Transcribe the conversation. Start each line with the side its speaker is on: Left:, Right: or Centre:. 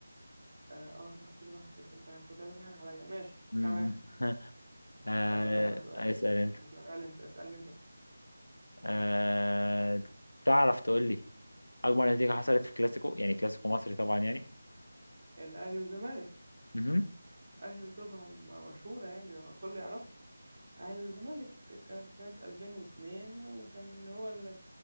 Right: اه آه، صح سوري واحد صفر انت كنت هتضحك عليا ماشي
Left: مم.
Right: تمام <laughs>
Left: <laughs> آه،
Right: هسألك انا سؤال
Left: اسأل أنت
Right: اسأل انت اسألني انت صح
Left: آه، تعرف تقول لي أكبر نتيجة حصلت في كلاسيكو يعني كلاسيكو مصري طبعا يعني
Right: الاهلي والزمالك
Left: مهم.
Right: ايوه طبعا ما- مشهوره يعني لما الكل يعرف الاهلي والزمالك كانت سنه 2002 وكان هو ال-